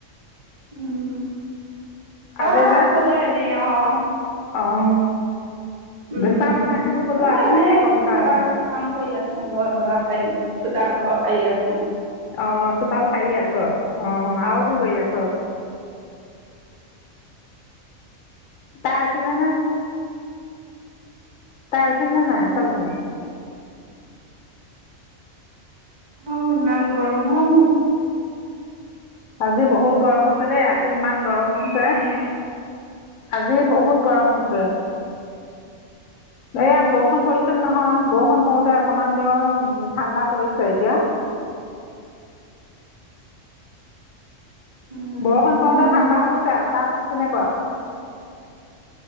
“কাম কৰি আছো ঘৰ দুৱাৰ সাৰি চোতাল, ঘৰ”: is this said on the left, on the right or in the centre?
Right